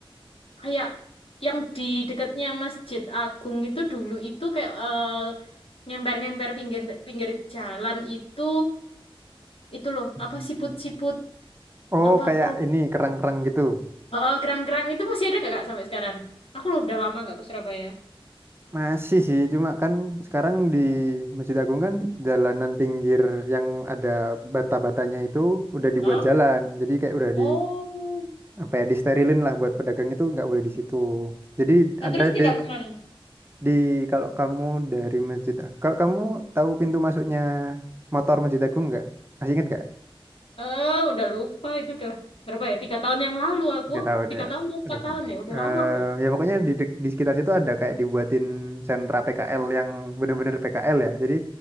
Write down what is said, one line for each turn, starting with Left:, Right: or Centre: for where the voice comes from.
Left: kayak yang di dekatnya Masjid Agung itu dulu itu kayak eh, ngemper-ngemper pinggir pinggir jalan itu itu loh
Right: Hmm.
Left: apa siput-siput
Right: Oh,
Left: apa
Right: kayak
Left: kru
Right: ini kerang-kerang gitu.
Left: eh, eh, kerang-kerang itu masih ada nggak kak sampai sekarang? Aku loh udah lama nggak ke Surabaya.
Right: Masih sih, cuma kan sekarang di Masjid Agung kan jalanan pinggir yang ada bata-batanya itu udah dibuat
Left: Hah?
Right: jalan. Jadi kayak udah
Left: Oh,
Right: di apa ya disterilin lah buat pedagang itu nggak boleh di situ. Jadi
Left: nah
Right: ada
Left: terus pindah
Right: deh
Left: kemana?
Right: Di kalau kamu dari Masjid Agung, kalau kamu tahu pintu masuknya motor Masjid Agung nggak? Masih ingat nggak?
Left: Eh, udah lupa itu udah berapa ya? Tiga tahun yang lalu aku
Right: Nggak tahu
Left: tiga
Right: ya.
Left: tahun mau empat
Right: Aduh.
Left: tahun ya udah
Right: Eh,
Left: lama kok.
Right: ya pokoknya di, dek- di sekitar situ ada kayak dibuatin sentra PKL yang bener-bener PKL ya. Jadi